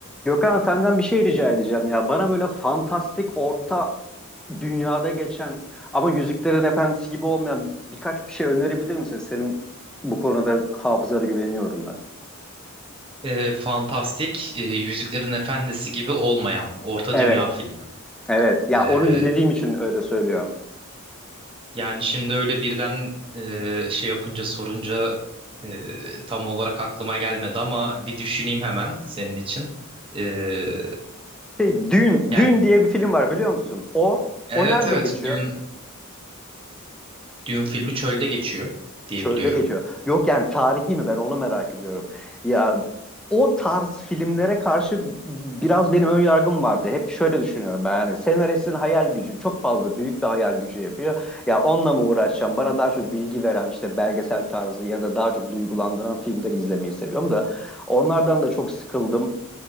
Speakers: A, in the centre; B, on the right (about 25°).
A: Gökhan senden bir şey rica edeceğim ya. Bana böyle fantastik orta dünyada geçen ama Yüzüklerin Efendisi gibi olmayan bir- birkaç bir şey önerebilir misin? Senin bu konuda hafızana güveniyorum ben.
B: e, fantastik, e, Yüzüklerin Efendisi gibi olmayan Orta
A: Evet,
B: Dünya filmi.
A: evet. Ya
B: E,
A: onu izlediğim için öyle söylüyorum.
B: yani şimdi öyle birden e, şey yapınca sorunca e, tam olarak aklıma gelmedi ama bir düşüneyim hemen senin için. E,
A: Şey, Dün,
B: yani
A: Dün diye bir film var biliyor musun? O,
B: evet
A: o nerede
B: evet
A: geçiyor?
B: Dün Dün filmi çölde geçiyor diye
A: Çölde
B: biliyorum.
A: geçiyor. Yok yani tarihi mi ben onu merak ediyorum. Ya o tarz filmlere karşı biraz benim ön yargım vardı. Hep şöyle düşünüyorum ben yani senaristin hayal gücü çok fazla büyük bir hayal gücü yapıyor. Ya onunla mı uğraşacağım? Bana daha çok bilgi veren işte belgesel tarzı ya da daha çok duygulandıran filmler izlemeyi seviyorum da onlardan da çok sıkıldım.